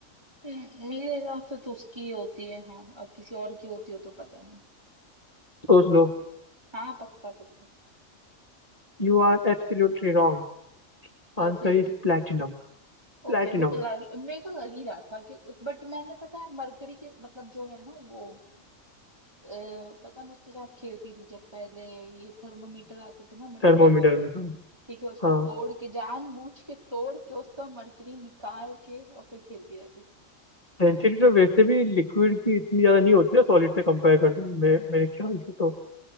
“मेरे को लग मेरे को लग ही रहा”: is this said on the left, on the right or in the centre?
Right